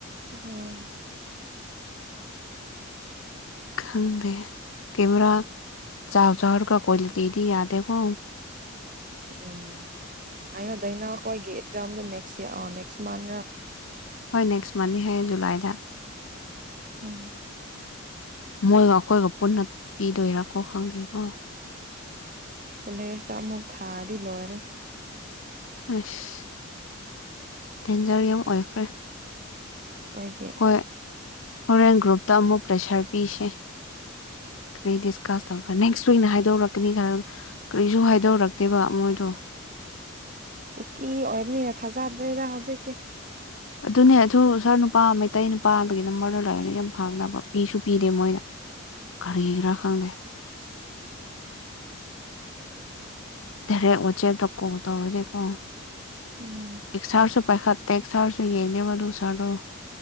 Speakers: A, on the right (about 40°); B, on the left (about 65°).
A: ꯎꯝ
B: ꯈꯪꯗꯦ ꯀꯦꯃꯦꯔꯥ ꯆꯥꯔ ꯆꯥꯔ ꯀ ꯀ꯭ꯋꯥꯂꯤꯇꯤꯗꯤ ꯌꯥꯗꯦꯀꯣ
A: ꯎꯝ ꯑꯗꯥꯏꯩꯅꯀ ꯍꯒꯤꯦ ꯗꯣ ꯅꯦꯛ ꯅꯦꯛꯁ ꯃꯥꯟ
B: ꯍꯣꯏ ꯅꯦꯛꯁ ꯃꯟꯊ ꯍ ꯨꯂꯥꯏꯗ
A: ꯎꯝ
B: ꯃꯣꯏꯒ ꯑꯩꯈꯣꯏꯒ ꯄꯨꯟꯅ ꯄꯤꯗꯣꯏꯔꯥꯀꯣ ꯈꯪꯗꯦꯀꯣ
A: ꯀꯣꯂꯦꯖꯇ ꯑꯃꯨꯛ ꯊꯥꯔꯗꯤ ꯂꯣꯏꯔꯦ
B: ꯑꯁ ꯗꯦꯟꯖꯔ ꯌꯥꯝ ꯑꯣꯏꯈ꯭ꯔꯦ
A: ꯑꯣꯏꯒꯦ
B: ꯍꯣꯏ ꯍꯣꯔꯦꯟ ꯒ꯭ꯔꯨꯞꯇ ꯑꯃꯨꯛ ꯄ꯭ꯔꯦꯁꯔ ꯄꯤꯁꯦ ꯀꯔꯤ ꯗꯤꯁꯀꯁ ꯇꯧꯈ꯭ꯔ ꯅꯦꯛꯁ ꯋꯤꯛꯅ ꯍꯥꯏꯗꯧꯔꯛꯀꯅꯤ ꯈꯔ ꯀꯔꯤꯁꯨ ꯍꯥꯏꯗꯧꯔꯛꯇꯦꯕ ꯃꯣꯏꯗꯣ
A: ꯀꯨꯀꯤ ꯑꯣꯏꯕꯅꯤꯅ ꯊꯥꯖꯗ꯭ꯔꯦꯗ ꯍꯧꯖꯤꯛꯀꯤꯦ
B: ꯑꯗꯨꯅꯦ ꯑꯗꯨ ꯁꯥꯔ ꯅꯨꯄꯥ ꯃꯩꯇꯩ ꯅꯨꯄꯥꯗꯒꯤ ꯅꯝꯕꯔꯗ ꯂꯥꯏꯑꯦꯅꯦ ꯌꯥꯝ ꯐꯥꯡꯅꯕ ꯄꯤꯁꯨ ꯄꯤꯗꯦ ꯃꯣꯏꯅ ꯀꯔꯤ ꯔꯥ ꯈꯪꯗꯦ
A: <unintelligible>
B: ꯦꯔꯦꯛ ꯋꯥꯆꯦꯞꯇ ꯀꯣꯜ ꯇꯧꯔꯗꯤꯦꯀꯣ
A: ꯎꯝ
B: ꯑꯦꯛꯁꯥꯔꯁꯨ ꯄꯩ ꯐꯠꯇ ꯁꯥꯔꯁꯨ ꯌꯦꯏꯅꯦꯕ ꯑꯗꯨ ꯁꯥꯔ